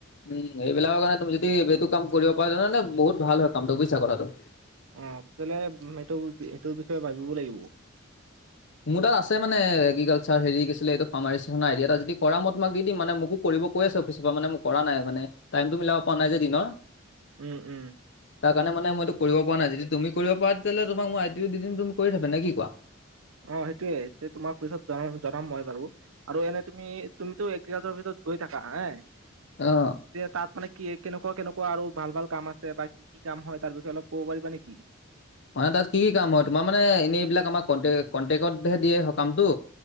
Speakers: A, on the left; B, on the right.
A: উম এইবিলাকৰ কাৰণে তুমি যদি এইটো কাম কৰিব পাৰা জানানে বহুত ভাল হয় কামটো বুইছা কথাটো
B: অ তেতিয়াহ'লে এইটো এইটোৰ বিষয়ে ভাবিব লাগিব
A: মোৰ তাত আছে মানে এগ্ৰিকালচাৰ হেৰিছিল এইটো ফাৰ্মাৰ ৰেজিতেচন আডি যদি কৰা মই তোমাক দি দিম মানে মোকো কৰিব কৈ আছে অফিচৰ পৰা মানে মোক কৰা নাই মানে টাইমটো মিলাব পৰা নাই যে দিনৰ
B: উম উম
A: তাৰ কাৰণে মানে মই ইটো কৰিব পৰা নাই যদি তুমি কৰিব পৰা তেতিয়াহলে তোমাক মই আইদিটো দিম তুমি কৰি থাবা নে কি কোৱা?
B: অ সেইটোয়ে তে তোমাক পিছত জন জনাম মই বাৰু আৰু এনে তুমি তুমিতো এগ্ৰিকালচাৰৰ অফিচত গৈ থাকা আয়ে
A: অ
B: তাত মানে কি কেনেকুৱা কেনেকুৱা আৰু ভাল ভাল কাম আছে বা কি কি কাম হয় তাৰ বিষয়ে অলপ ক'ব পাৰিবা নেকি
A: মানে তাত কি কি কাম হয় তোমাৰ মানে এনেই এইবিলাক আমাক কণ্টে কণ্টেকতহে দিয়ে সকামটো